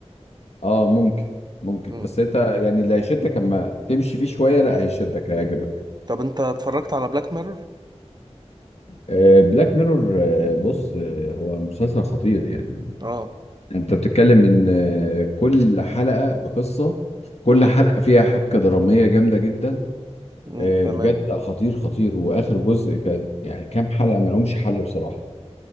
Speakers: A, on the left; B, on the right.
A: اه ممكن ممكن
B: امم
A: بس انت يعني اللي هيشدك اما تمشي فيه شويه لا هيشدك هيعجبك
B: طب انت اتفرجت على بلاك ميرور
A: آه بلاك ميرور آه بص آه هو مسلسل خطير يعني
B: اه
A: انت بتتكلم ان آه كل حلقه بقصه كل
B: امم
A: حلقه فيها حبكه دراميه جامده جدا
B: امم
A: آه
B: تمام
A: بجد لا خطير خطير واخر جزء كان يعني كام حلقه ما لهمش حل بصراحه